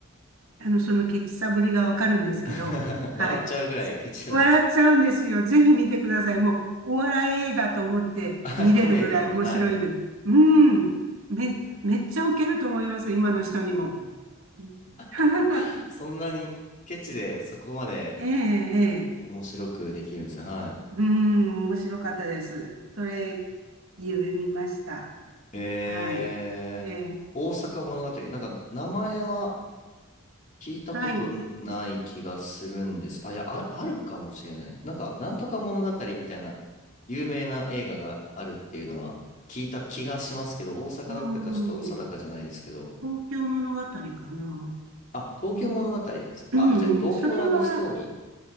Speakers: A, on the right (about 75°); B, on the left (about 35°).
A: あの、そのケチさぶりがわかるんですけど、
B: <laughs>
A: はい。
B: 笑っちゃうぐらいケチなんですか
A: 笑っちゃうんですよ。ぜひ見てください。もう、お笑い映画と思って見れるぐらい面白いので。
B: <laughs> コメディみたいな。はい。
A: うん。め、めっちゃウケると思います。今の人にも。<laughs>
B: <laughs> そんなにケチでそこまで
A: ええ、ええ。
B: 面白くできるんですね。はい。
A: うん、面白かったです。それ、夢見ました。
B: えー、
A: はい。ええ、
B: 大阪物語。なんか名前は聞いたことない気がするんです。
A: はい。
B: あ、いや、あ、あるかもしれない。なんか、なんとか物語みたいな有名な映画があるっていうのは聞いた気がしますけど、大阪だったかちょっと定かじゃないですけど。
A: うん、東京物語かな。
B: あ、東京物語ですか。
A: うん、うん、
B: あ、じゃあ東京ラブストーリー。
A: うんそれは、